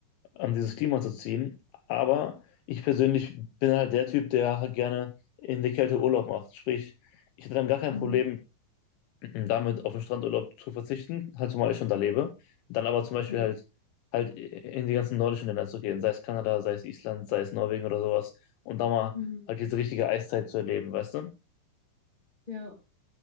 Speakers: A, on the left; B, on the left.
A: ähm, dieses Klima zu ziehen. Aber ich persönlich bin halt der Typ, der halt gerne in der Kälte Urlaub macht. Sprich, ich hätte dann gar kein
B: Mhm.
A: Problem <clears throat> damit, auf den Strandurlaub zu verzichten, halt zumal ich schon da lebe. Dann aber zum Beispiel
B: Ja.
A: halt, halt in die ganzen nordischen Länder zu gehen, sei es Kanada, sei es Island, sei es Norwegen oder sowas. Und da mal
B: Mhm.
A: halt diese richtige Eiszeit zu erleben, weißt du?
B: Ja.